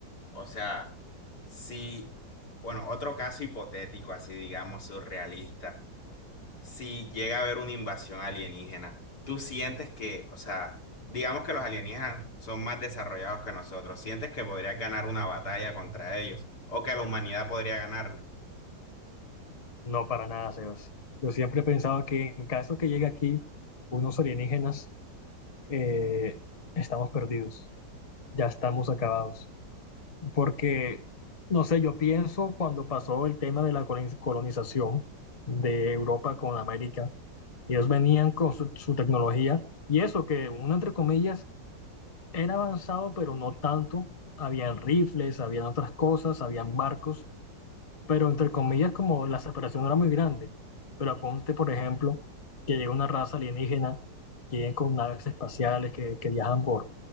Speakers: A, on the left (about 65°); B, on the left (about 40°).
A: o sea, si, bueno, otro caso hipotético, así digamos, surrealista. si llega a haber una invasión alienígena, tú sientes que, o sea, digamos que los alienígenas son más desarrollados que nosotros, sientes que podrías ganar una batalla contra ellos o que la humanidad podría ganarla.
B: No, para nada, Sebas. Yo siempre he pensado que en caso que llegue aquí unos alienígenas, eh, estamos perdidos, ya estamos acabados. Porque, no sé, yo pienso cuando pasó el tema de la coloniz- colonización de Europa con América, ellos venían con su, su tecnología y eso que uno, entre comillas, era avanzado, pero no tanto. Habían rifles, habían otras cosas, habían barcos pero entre comillas como la separación no era muy grande. Pero aponte, por ejemplo, que llega una raza alienígena que viene con naves espaciales que, que viajan por,